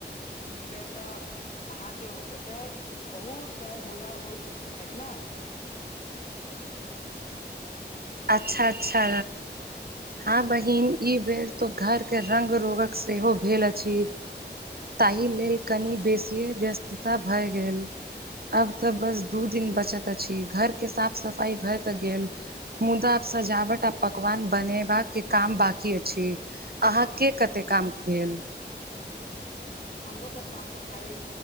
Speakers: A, on the left; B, on the right.
A: ई बेर तऽ अहाँके ओते बहुत पैघ मजा होइत छैक ना?
B: अच्छा अच्छा हँ बहिन ई बेर तो घर के रंग रोहक सेहो भेल अछि। ताहि लेल कनि बेसीए व्यस्तता भए गेल। आब तऽ बस दू दिन बचत अछि घर के साफ सफाई भए त गेल। मुदा आब सजावट आ पकवान बनैबा के काम बाकी अछि। अहाँ के कते काम भेल?
A: हमरो तऽ साफ सफाइ